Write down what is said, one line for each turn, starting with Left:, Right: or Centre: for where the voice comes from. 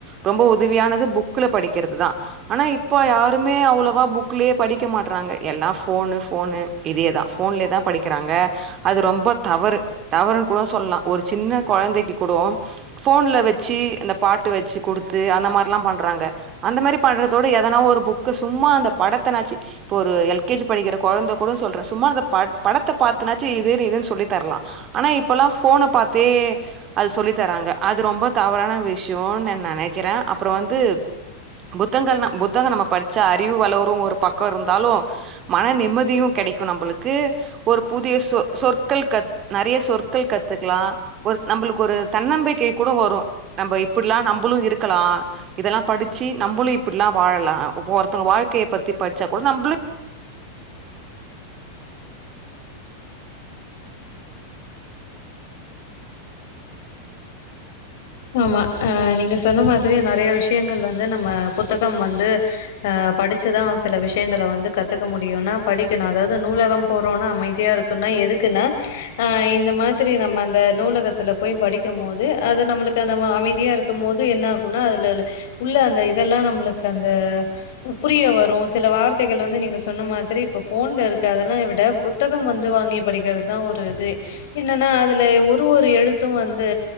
Right: ரொம்ப உதவியானது புக்குல படிக்கிறது தா ஆனா இப்ப யாருமே அவளவா புக்லயே படிக்க மாட்றாங்க எல்லா ஃபோனு ஃபோனு இதேதா ஃபோன்லயே தா படிக்கிறாங்க அது ரொம்ப தவறு தவறுன் கூட சொல்லலா ஒரு சின்ன கொழந்தைக்கு கூடோ ஃபோன்ல வெச்சு இந்த பாட்டு வெச்சு குடுத்து அந்த மார்லா பண்றாங்க அந்த மாரி பண்றதோட எதனா ஒரு புக்கு சும்மா அந்த படத்தனாச்சு இப்ப ஒரு எல் கே ஜி படிக்கிற கொழந்த கூட சொல்றே சும்மா அத பட் படத்த பாத்துனாச்சு இதுன்னு இதுன்னு சொல்லித் தரலா ஆனா இப்பலா ஃபோன பாத்தே அது சொல்லி தராங்க அது ரொம்ப தவறான விஷ்யோன் நா நெனைக்கிறே அப்பற வந்து புத்தங்கள் நா புத்தக நம்ம படிச்சா அறிவு வளரு ஒரு பக்க இருந்தாலு மன நிம்மதியு கெடைக்கு நம்பளுக்கு ஒரு புதிய சொ சொற்கள் கத் நெறைய சொற்கள் கத்துக்கலா ஒரு நம்பளுக்கு ஒரு தன்னம்பிக்கை கூட வரு நம்ப இப்பிட்லா நம்பளு இருக்கலா இதெல்லா படிச்சு நம்மளு இப்பிட்லா வாழலா ஒருத்தவ்ங்க வாழ்கைய பத்தி படிச்சா கூட நம்பளு
Left: ஆமா ஆ நீங்க சொன்ன மாதிரி நெறைய விஷ்யங்கள் வந்து நம்ம புத்தகம் வந்து அ படிச்சுதா சில விஷ்யங்கள வந்து கத்துக்க முடியுனா படிக்கணு அதாவ்து நூலகம் போறோனா அமைதியா இருக் குனா எதுக்குனா ஆ இந்த மாதிரி நம்ம அந்த நூலகத்துல போய் படிக்கும் போது அத நம்மளுக் கு அந்த மா அமைதியா இருக்கும் போது என்ன ஆகுனா அதுலவுள்ள உள்ள அந்த இதெல்லா நம்மளுக்கு அந்த ம் புரிய வரு சில வார்த்தைகள் வந்து நீங்க சொன்ன மாதிரி இப்ப ஃபோன்ல இருக்கு அதெல்லா விட புத் த்தகம் வந்து வாங்கி படிக்கிறது தா ஒரு இதே என்னன்னா அதுலே ஒரு ஒரு எழுத்து வந்து